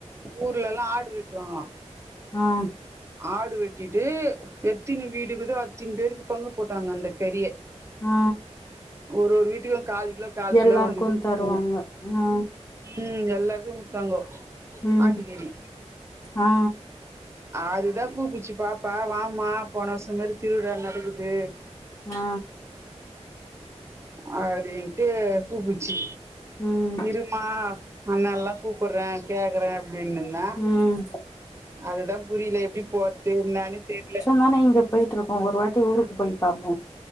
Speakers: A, on the right; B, on the left.
A: ஊர் எல்லா ஆடு வெட்டுவாங்களா
B: ஆ
A: ஆடு வெட்டிட்டு எத்தினி வீடு இக்குதோ அத்தினி பேருக்கு பங்கு போட்டாங்க அந்த கறிய
B: ஆ
A: ஒர்ரு ஒரு வீட்டுக்கும் கால் கிலோ காலு
B: எல்லாருக்கு
A: கிலோ வந்துது
B: தருவாங்க
A: ம்
B: ஆ
A: ம் எல்லாருக்கும் குடுத்தாங்கோ
B: ம்
A: ஆட்டுக்கறி
B: ஆ
A: அதுதான் கூப்புச்சு பாப்பா வாம்மா போன வருஷம் மாரி திருவிழா நடக்குது
B: ஆ
A: அப்டின்ட்டு கூப்புச்சு
B: ம்
A: இருமா அண்ணால்லா கூப்புற்றே கேக்குறே அப்டின்னிந் த
B: ம்
A: அதுதா புரில எப்டி போற்து இன்னானு தெர்ல
B: நானு இங்கப் போய்ட்ருக்கோ ஒரு வாட்டி ஊருக்கு போய் பாப்போ